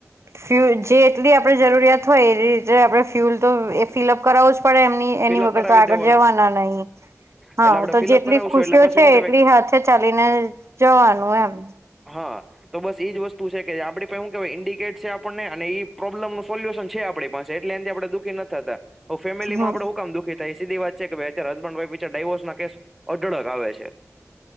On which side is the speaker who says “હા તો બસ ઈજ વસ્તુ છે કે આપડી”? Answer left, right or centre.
Centre